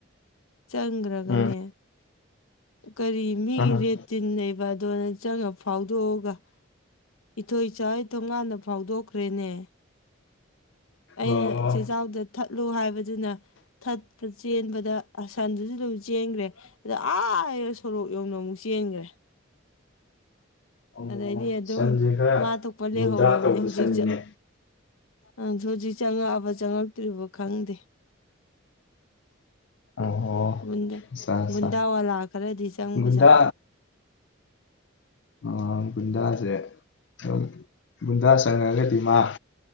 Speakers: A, on the left; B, on the left.
A: ꯆꯪꯒ꯭ꯔꯒꯅꯦ
B: ꯎꯝ
A: ꯀꯔꯤ ꯃꯤꯒꯤ
B: ꯎꯝ ꯑꯥ
A: ꯔꯦ ꯇꯤꯟ ꯂꯩꯕ ꯗꯨꯗ ꯆꯪꯉꯥ ꯐꯥꯎꯗꯣꯛꯑꯒ ꯏꯊꯣꯏꯆꯥ ꯍꯣꯏ ꯊꯣꯡꯒꯥꯟꯗ ꯐꯥꯎꯗꯣꯛꯈ꯭ꯔꯦꯅꯦ ꯑꯩꯅ
B: ꯑꯣ
A: ꯆꯦꯆꯥꯎꯗ ꯊꯠ ꯂꯣ ꯍꯥꯏꯕꯗꯨꯅ ꯊꯠꯄ ꯆꯦꯟꯕꯗ ꯑꯁꯟꯗꯨꯖꯨ ꯑꯗꯨꯝ ꯆꯦꯟꯒ꯭ꯔꯦ ꯑꯗ ꯑꯥ ꯁꯣꯔꯣꯛ ꯌꯧꯅ ꯑꯃꯨꯛ ꯆꯦꯟꯒ꯭ꯔꯦ
B: ꯑꯣ
A: ꯑꯗꯩꯗꯤ ꯑꯗꯨꯝ
B: ꯁꯟꯁꯦ ꯈꯔ
A: ꯃꯥ ꯊꯣꯛꯄ ꯂꯩꯍꯧꯔꯕꯅꯦ
B: ꯒꯨꯟꯗꯥ ꯇꯧꯕ
A: ꯍꯧꯖꯤꯛ
B: ꯁꯟꯅꯤꯅꯦ
A: ꯆ ꯑ ꯍꯧꯖꯤꯛ ꯆꯪꯉꯛꯑꯕ ꯆꯪꯉꯛꯇ꯭ꯔꯤꯕ ꯈꯪꯗꯦ
B: ꯑꯣ
A: ꯒꯨꯟꯗ
B: ꯑꯠꯆꯥ ꯑꯠꯆꯥ
A: ꯒꯨꯟꯗꯥꯋꯥꯂꯥ ꯈꯔꯗꯤ ꯆꯪꯕꯖꯥꯠꯅꯦ
B: ꯒꯨꯟꯗꯥ ꯑ ꯒꯨꯟꯗꯥꯖꯦ ꯑ ꯒꯨꯟꯗꯥ ꯆꯪꯉꯛꯑꯒꯗꯤ ꯃꯥ